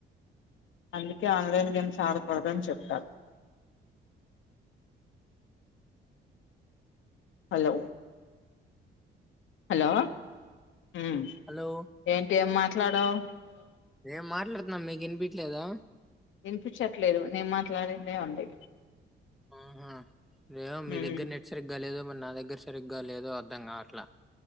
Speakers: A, on the left (about 75°); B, in the centre.
A: అందుకే ఆన్లైన్ గేమ్స్ ఆడకూడదని చెప్తారు హలో హలో మ్
B: హలో
A: ఏంటి ఏం మాట్లాడవ్
B: ఏం మాట్లాడత్నాం మీకు ఇనిపీట్లేదా
A: వినిపించట్లేదు నేం మాట్లాడిందే ఉంది
B: ఆహా ఏమో మీ
A: హ్మ్
B: దగ్గర నెట్ సరిగ్గా లేదు మన నా దగ్గర సరిగ్గా లేదో అర్థంగాట్లా